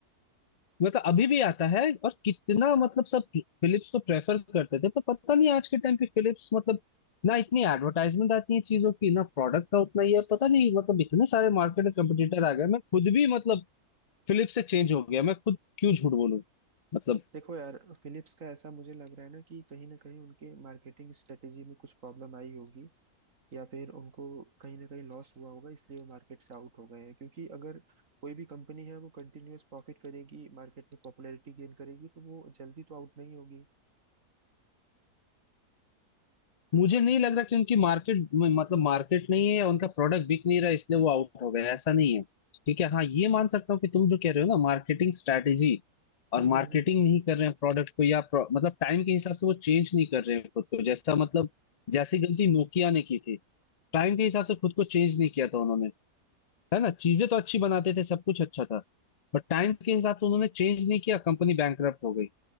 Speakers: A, on the left; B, on the right.
A: मतलब अभी भी आता है और कितना मतलब सब फिलिप्स को प्रेफर करते थे पर पता नहीं आज के टाइम पे फिलिप्स मतलब ना इतनी एडवर्टाइजमेंट आती है चीजों की ना प्रोडक्ट का उतना ही है पता नहीं मतलब इतने सारे मार्केट में कंपटीटर आ गए मैं खुद भी मतलब फिलिप्स से चेंज हो गया मैं खुद क्यों झूठ बोलूं मतलब
B: देखो यार फिलिप्स का ऐसा मुझे लग रहा है ना कि कहीं ना कहीं उनके मार्केटिंग स्ट्रेटेजी में कुछ प्रॉब्लम आई होगी या फिर उनको कहीं ना कहीं लॉस हुआ होगा इसलिए वो मार्केट से आउट हो गए हैं क्योंकि अगर कोई भी कंपनी है वो कंटिन्यूअस प्रॉफिट करेगी मार्केट में पॉपुलैरिटी गेन करेगी तो वो जल्दी तो आउट नहीं होगी
A: मुझे नहीं लग रहा कि उनकी मार्केट मतलब मार्केट नहीं है उनका प्रोडक्ट बिक नहीं रहा इसलिए वो आउट हो गया ऐसा नहीं है ठीक है हाँ ये मान सकता हूँ कि तुम जो कह रहे हो ना मार्केटिंग स्ट्रैटेजी और
B: हम्म
A: मार्केटिंग
B: हम्म हम्म।
A: नहीं कर रहे हैं प्रोडक्ट को या pro- मतलब टाइम के हिसाब से वो चेंज नहीं कर रहे हैं खुद को जैसा मतलब जैसी गलती नोकिया ने की थी टाइम के हिसाब से खुद को चेंज नहीं किया था उन्होंने है ना चीजें तो अच्छी बनाते थे सब कुछ अच्छा था बट टाइम के हिसाब से उन्होंने चेंज नहीं किया कंपनी बैंकरप्ट हो गई